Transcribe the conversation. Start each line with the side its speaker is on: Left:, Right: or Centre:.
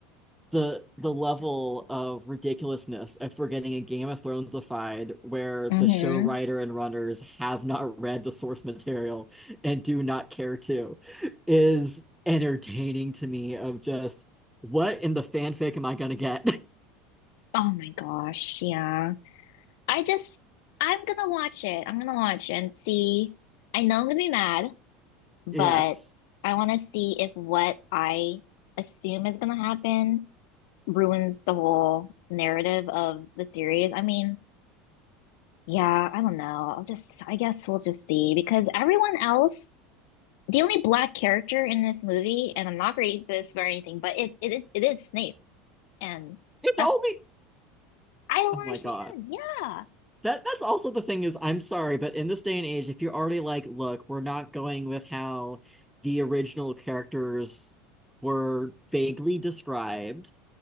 Centre: the the level of ridiculousness if we're getting a Game of Thronesified where
Left: hmm
Centre: the show writer and runners have not read the source material and do not care to is entertaining to me of just what in the fanfic am I gonna get?
Left: Oh my gosh. Yeah. I just, I'm gonna watch it. I'm gonna watch and see. I know I'm gonna be mad, but
Centre: <laughs> yes.
Left: I want to see if what I assume is gonna happen ruins the whole narrative of the series. I mean, yeah, I don't know. I'll just, I guess we'll just see because everyone else, the only black character in this movie, and I'm not racist or anything, but it, it is, it is Snape, and
Centre: It's
Left: that's,
Centre: only
Left: I don't
Centre: Oh
Left: understand.
Centre: my God.
Left: Yeah.
Centre: That that's also the thing is I'm sorry, but in this day and age, if you're already like, look, we're not going with how the original characters were vaguely described